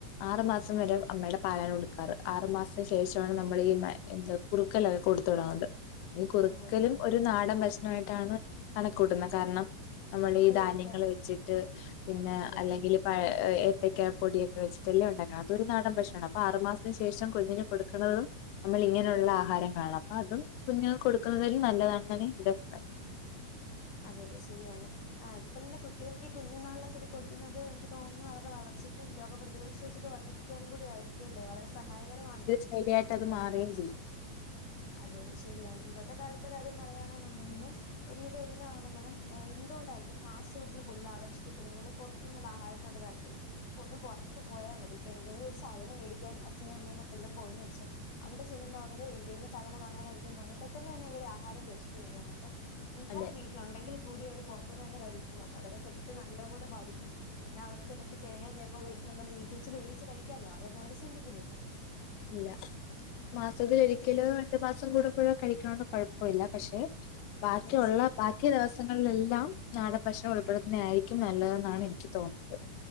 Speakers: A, on the left; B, on the left.
A: ആറു മാസം വരെ അമ്മയുടെ പാലാണ് കൊടുക്കാറ് ആറു മാസത്തിന് ശേഷമാണ് നമ്മൾ ഈ മ എന്തോ കുറുക്കല്ലേ കൊടുത്ത് തുടങ്ങുന്നത് ഈ കുറുക്കലും
B: ഓ അതെയോ
A: ഒരു നാടൻ ഭക്ഷണമായിട്ടാണ് കണക്കൂട്ടുന്നത് കാരണം നമ്മൾ ഈ
B: കൂവക്ക
A: ധാന്യങ്ങള് വെച്ചിട്ട് പിന്നെ
B: അതെ
A: അല്ലെങ്കിൽ
B: അതെ
A: പ ഏത്തയ്ക്ക പൊടിയൊക്കെ വെച്ചിട്ട് എല്ലാം ഉണ്ടാക്കണം അതൊരു നാടൻ ഭക്ഷണമാണ് അപ്പൊ ആറുമാസത്തിന് ശേഷം കുഞ്ഞിന് കൊടുക്കുന്നതും നമ്മള് ഇങ്ങനുള്ള ആഹാരങ്ങളാണ് അപ്പൊ അതും കുഞ്ഞുങ്ങൾക്ക് കൊടുക്കുന്നതിൽ നല്ലതാണെന്ന് എന്റെ അഭിപ്രായം
B: അതെ അതെ ശെരിയാണ് ആ അതുപോലന്നെ കുട്ടികൾക്ക് കുഞ്ഞുനാളിലൊക്കെ ഇത് കൊടുക്കുന്നത് എനിക്ക് തോന്നുന്നു അവരുടെ വളർച്ചയ്ക്കും രോഗപ്രതിരോധ ശേഷിയൊക്കൊ വർധിപ്പി പ്പിക്കാനും കൂടിയയിരിക്കും അല്ലെ വളരെ സഹായകരമാണ്
A: ശരിയായിട്ട് അത് മാറുകയും ചെയ്യും
B: അതെ അതെ ശെരിയാണ് ഇന്നത്തെ കാലത്തെ കാര്യം പറയാണെന്നുണ്ടെങ്കില് ഒരുവിധ എല്ലാ ആളുകളും എന്തുകൊണ്ടായിരിക്കും ഫാസ്റ്റ് ഫുഡിൽ കൂടുതൽ ആകർഷിക്കപ്പെടുന്നത് പുറത്തു നിന്നുള്ള ആഹാരത്തോടെ താല്പര്യം ഒന്ന് പുറത്ത പോയാൽ മതി ഇപ്പൊ എന്തെങ്കിലും ഒരു സാധനം മേടിക്കാൻ അച്നും അമ്മയും ഒക്കളൂടെ പോയന്ന് വെച്ചോ അവിടെ ചെല്ലുമ്പോ അവര് എന്തേലും സാധനം വാങ്ങാനായിരിക്കും പോകുനത് പെട്ടെന്ന് തന്നെ അവര് ആഹാരം കഴിച്ചിട്ട് വരുകയാണ് എന്ന് വച്ചാ
A: അതെ
B: വി ട്ടിൽ ഉണ്ടെങ്കിൽ കൂടി അവര് പുറത്തു നിന്ന് തന്നെ കഴിക്കുന്നു അ അവടെ ശരീരത്തെ നല്ലപോലെ ബാധിക്കുന്നു എന്നാ അവർക്ക് രണ്ട് ചേനയോ ചേമോേടിച്ചോണ്ടന്ന് വീട്ട വെച്ച് വേവിച്ച് കഴിക്കാാലോ അതൊന്നും അവ ചിതിക്കുന്നില്ല
A: ഇല്ല മാസത്തിലൽ
B: ഇപ്പ
A: ഒരിക്കലോ
B: തിരെ
A: രണ്ടു മാസം കൂടെമ്പഴോ കഴിക്കണന്ന് കുഴപ്പ ഴപ്പമില്ല പക്ഷെ ബാക്കിയുള്ള
B: ദിവസവും
A: ബാക്ക മുക്ക്യ ദിവസങ്ങളിലെല്ലാം നാടൻ ഭക്ഷണം ഉളൾപ്പെടുത്തുന്ന ആയിരിക്കും നല്ലതെന്നാണ് എനിക്ക് തോന്നുന്നത്